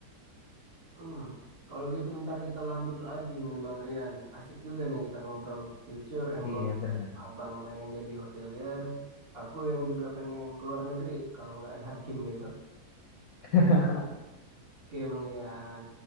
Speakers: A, on the right; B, on the left.
A: Hmm. Kalau gitu ntar kita lanjut lagi nih Bang Rian. Asik juga nih kita ngobrol future and
B: Iya
A: goals plan.
B: benar.
A: Abang pengen jadi hotelier, aku yang juga pengen keluar negeri kalau nggak ada Hakim gitu.
B: <laughs>
A: Oke Bang Rian.